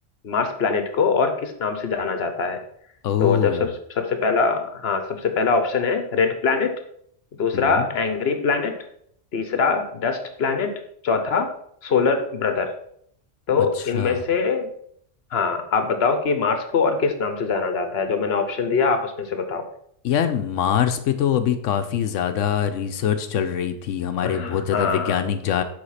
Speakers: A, on the left; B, on the left.
A: मार्स प्लैनेट को और किस नाम से जाना जाता है
B: ओ
A: तो जब सब सबसे पहला हाँ सबसे पहला ऑप्शन है रेड प्लैनेट दूसरा
B: हम्म
A: एंग्री प्लैनेट तीसरा डस्ट प्लैनेट चौथा सोलर ब्रदर तो
B: अच्छा
A: इनमें से हाँ आप बताओ कि मार्स को और किस नाम से जाना जाता है जो मैंने ऑप्शन दिया आप उसमें से बताओ
B: यार मार्स पे तो अभी काफ़ी ज़्यादा रिसर्च चल रही थी हमारे
A: हाँ
B: बहुत ज़्यादा वैज्ञानिक जा